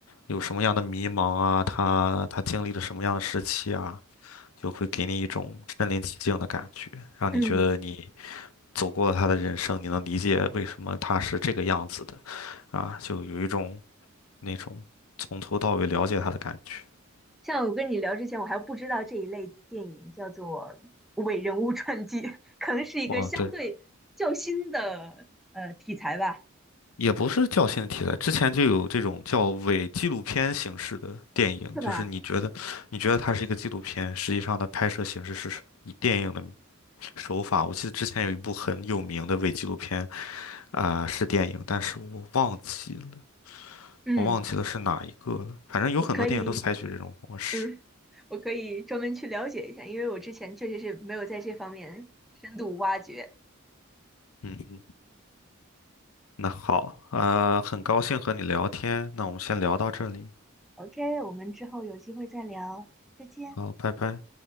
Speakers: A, on the left; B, in the centre.
A: 有什么样的迷茫啊，他他经历了什么样的时期啊，就会给你一种身临其境的感觉，让你觉得你
B: 嗯，
A: 走过了他的人生，你能理解为什么他是这个样子的啊，就有一种那种从头到尾了解他的感觉。
B: 像我跟你聊之前，我还不知道这一类电影叫做伪人物传记，<laughs> 可能是一个相对较新的呃题材吧，
A: 哦，对，也不是较新的题材，之前就有这种叫伪纪录片形式的电影，
B: 是吧？
A: 就是你觉得，你觉得它是一个纪录片，实际上它拍摄形式是以电影的手法。我记得之前有一部很有名的伪纪录片，啊、是电影，但是我忘记了，
B: 嗯，
A: 我忘记了是哪一个了。反正有很多电影都采取这种模式。
B: 我可以，嗯，我可以专门去了解一下，因为我之前确实是没有在这方面深度挖掘。
A: 嗯嗯，那好，呃，很高兴和你聊天，那我们先聊到这里，
B: OK，我们之后有机会再聊，再见。
A: 好，拜拜。